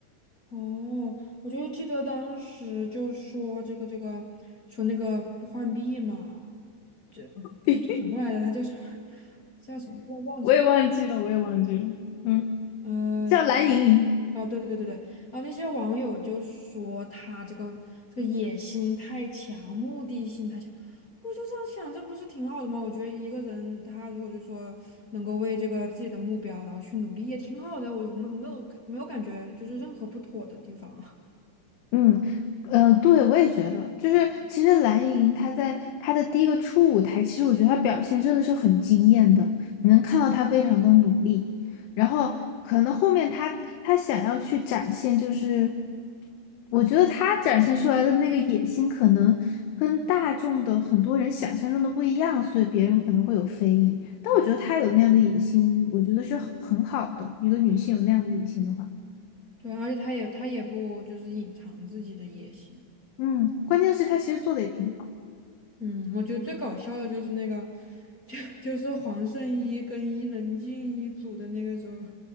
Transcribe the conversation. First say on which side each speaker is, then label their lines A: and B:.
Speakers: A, on the left; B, on the left.
A: 哦，我就记得当时就说这个这个说那个浣碧嘛。这就叫什么来着？
B: <laughs>
A: 他叫什么？叫什么？我忘记了。
B: 我也忘记了，我也忘记了。嗯，
A: 嗯、
B: 叫蓝莹莹。
A: 呃，哦，对对对对对，然后那些网友就说他这个这个野心太强，目的性太强。我就这样想，这不是挺好的吗？我觉得一个人他如果就说能够为这个自己的目标然后去努力，也挺好的。我没没有没有感觉就是任何不妥的地方啊。
B: 嗯，呃，对，我也觉得，就是其实蓝盈莹她在她的第一个初舞台，其实我觉得她表现真的是很惊艳的，你能看到她非常的努力，然后可能后面她她想要去展现，就是我觉得她展现出来的那个野心，可能跟大众的很多人想象中的不一样，所以别人可能会有非议，但我觉得她有那样的野心，我觉得是很好的，一个女性有那样的野心的话，
A: 对，而且他也他也不就是隐藏自己的野心。
B: 嗯，关键是她其实做的也挺好。
A: 嗯，我觉得最搞笑的就是那个，<laughs> 就就是黄圣依跟伊能静一组的那个时候，